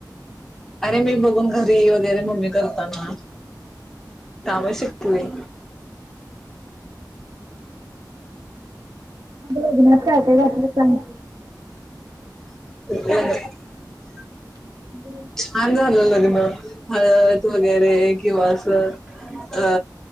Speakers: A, in the centre; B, on the right (about 55°).
A: अरे मी बघून घरी वगैरे मम्मी करताना कामुळे शिकयम
B: लग्नात काय काय घलं सां
A: <unintelligible>
B: <unintelligible>
A: छान झालं लग्न. हळद वगैरे किंवा अस अ